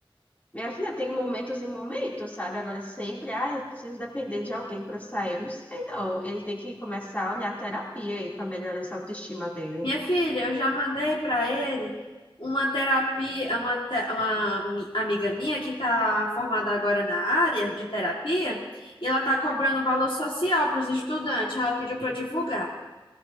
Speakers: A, on the left; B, on the left.
A: Minha filha tem momentos e momentos, sabe? Agora sempre, ah, eu preciso depender de alguém para sair. Eu não sei, não. Ele tem que começar a olhar a terapia aí para melhorar essa autoestima dele.
B: Minha filha, eu já mandei para ele uma terapia, uma, te- uma mi- amiga minha que está formada agora na área de terapia, e ela está cobrando valor social para os estudantes. Ela pediu para eu divulgar.